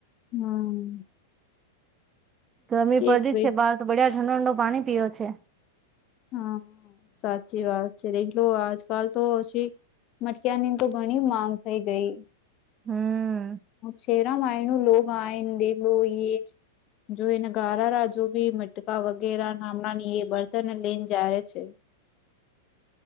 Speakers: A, on the left; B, on the right.
A: હમ
B: ગરમી
A: કેક
B: પડી
A: ભાઈ
B: છે બહાર તો બડિયા ઠંડો ઠંડો પાણી પીયો છે.
A: હા સાચી વાત છે એતો આજકાલતો ઓછી મરચાની તો ઘણી માંગ થઈ ગઈ.
B: હમ
A: શેરા માયનુ <unintelligible> દેખલો એ જોઈને ગારા રાજોબી મટકા વગેરે ના <unintelligible> બળતન લઈને જાય છે.